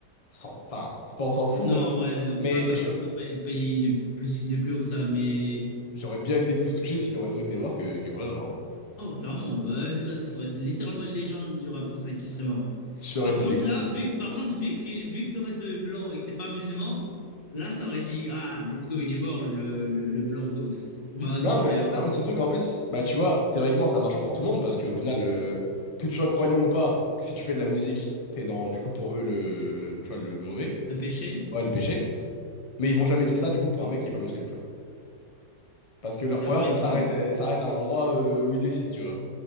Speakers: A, on the left; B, on the left.
A: On s'en- Enfin, c'est pas on s'en fout,
B: Non,
A: hein.
B: ouais,
A: Mais
B: pas, pas,
A: je-
B: non, ouais, il est pas- il est plus, il est plus haut que ça, mais.
A: j'aurais bien été plus touché si Lorenzo était mort que, que Renoir, hein.
B: Oh, clairement, bah là, ça aurait été littéralement une légende du rap français qui serait mort.
A: J'aurais
B: Par
A: été
B: contre,
A: dégoûté.
B: là, vu que, par contre, vu que, vu que Lorenzo est blanc et que c'est pas musulman, là, ça aurait dit, ah, let's go, il est mort, le, le, le blancos. Bah,
A: Non,
B: super.
A: mais, non, mais surtout qu'en plus, bah, tu vois, théoriquement, ça marche pour tout le monde parce qu'au final, euh, que tu sois croyant ou pas, si tu fais de la musique, t'es dans, du coup, pour eux, le, tu vois, le mauvais,
B: Le péché,
A: ouais, le péché. Mais ils vont jamais dire ça, du coup, pour un mec qui est pas musulman, tu vois. Parce que
B: ce
A: leur
B: qui
A: croyance,
B: est un peu ridicule.
A: elle s'arrête, elle s'arrête à un endroit euh, où ils décident, tu vois.